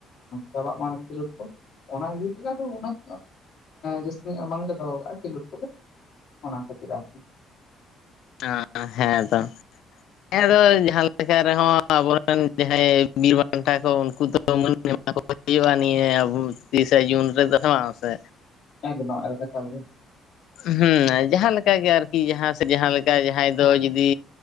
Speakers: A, on the left; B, on the left.
A: ᱪᱟᱵᱟᱜ ᱢᱟ ᱠᱷᱮᱞᱳᱰ ᱠᱚ ᱚᱱᱟ ᱤᱭᱟᱹ ᱠᱟᱛᱮᱜ ᱫᱚ ᱩᱱᱟᱹᱜ ᱡᱟᱹᱥᱛᱤ ᱧᱚᱜ ᱵᱟᱝᱞᱮ ᱫᱚᱦᱚ ᱠᱟᱜᱼᱟ ᱠᱷᱮᱞᱳᱰ ᱠᱚᱫᱚ ᱚᱱᱟ ᱠᱷᱟᱹᱛᱤᱨ ᱟᱨᱠᱤ
B: <unintelligible> ᱦᱮᱸ ᱛᱚ ᱦᱮᱸᱫᱚ ᱡᱟᱦᱟᱸ ᱞᱮᱠᱟ ᱨᱮᱦᱚᱸ ᱟᱵᱚᱨᱮᱱ ᱡᱟᱦᱟᱸᱭ ᱵᱤᱨ ᱵᱟᱱᱴᱟ ᱠᱚ ᱩᱱᱠᱩ ᱫᱚ ᱢᱟᱹᱱ ᱚᱱᱟ ᱠᱚ ᱦᱩᱭᱩᱜᱼᱟ ᱱᱤᱭᱟᱹ ᱟᱵᱚ ᱛᱤᱨᱤᱥᱮ ᱡᱩᱱ ᱨᱮᱫ ᱦᱮ ᱵᱟᱝ ᱥᱮ
A: ᱮᱠᱫᱚᱢ ᱮᱠᱟᱞ ᱜᱮ
B: ᱦᱮᱸ ᱡᱟᱦᱟᱸᱞᱮᱠᱟ ᱜᱮ ᱟᱨᱠᱤ ᱡᱟᱦᱟᱸ ᱡᱟᱦᱟᱸᱞᱮᱠᱟ ᱡᱟᱦᱟᱸᱭ ᱫᱚ ᱡᱩᱫᱤ